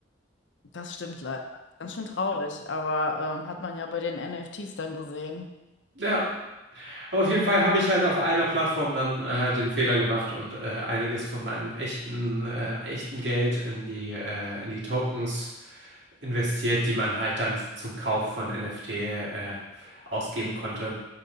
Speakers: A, on the left (about 75°); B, on the right (about 70°).
A: Das stimmt leider. Ganz schön traurig, aber ähm, hat man ja bei den NFTs dann gesehen.
B: Ja, Aber auf jeden Fall habe ich halt auf einer Plattform dann äh, halt den Fehler gemacht und äh, einiges von meinem echten, äh, echten Geld in die, äh, in die Tokens investiert, die man halt dann zum Kauf von NFT äh, ausgeben konnte.